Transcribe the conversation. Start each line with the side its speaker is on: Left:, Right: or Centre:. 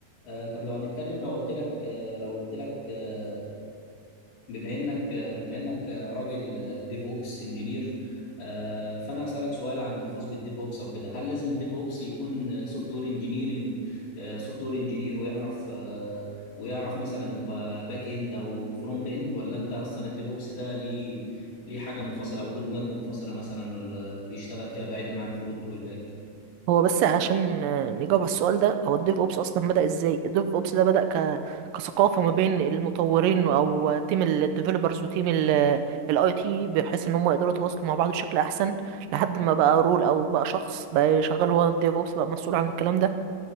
Left: آه، طب لو هنتكلم لو قلت لك آه، لو قلت لك آه، بما انك آه، بما انك آه، راجل ديف اوبس انجينير فانا اسالك سؤال عن خاص بالديف اوبس او كده هل لازم الديف اوبس يكون سوفت وير انجينيرنج سوفت وير انجينير ويعرف آه، ويعرف مثلا يبقى باك اند او فرونت اند ولا انت اصلا الديف اوبس ده ليه ليه حاجه منفصله او رود ماب منفصله مثلا ولا بيشتغل فيها بعيدا عن الفرونت والباك
Right: هو بس عشان آه، نجاوب على السؤال ده هو الديف اوبس اصلا بدأ ازاي الديف اوبس ده بدأ ك... كثقافة ما بين المطورين او تيم الديفلوبرز وتيم الاي تي بحيث ان هم يقدروا يتواصلوا مع بعض بشكل احسن لحد ما بقى رول او بقى شخص بقى شغال هو الديف اوبس بقى مسؤول عن الكلام ده